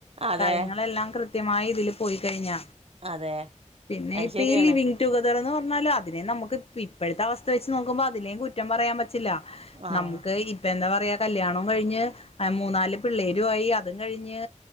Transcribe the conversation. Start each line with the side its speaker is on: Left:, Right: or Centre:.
Right: അതെ
Left: കാര്യങ്ങളെല്ലാം കൃത്യമായി ഇതിൽ പോയി കഴിഞ്ഞ
Right: അതെ
Left: പിന്നെ
Right: അത്
Left: ഇപ്പ
Right: ശരിയാണ്
Left: ലിവിഗ് റ്റുകതർ എന്ന് പറഞ്ഞാല അതിനെയും നമുക്ക് ഇപ്പോഴത്തെ അവസ്ഥ വെച്ച് നോക്കുമ്പോൾ അതിനേും കുറ്റം പറയാൻ പറ്റില്ല
Right: ആഹ്
Left: നമുക്ക് ഈ ഇപ്പ എന്താ പറയാ കല്യാണം കഴിഞ്ഞ് മൂന്നാല് പിള്ളേരു ആയി അതും കഴിഞ്ഞ്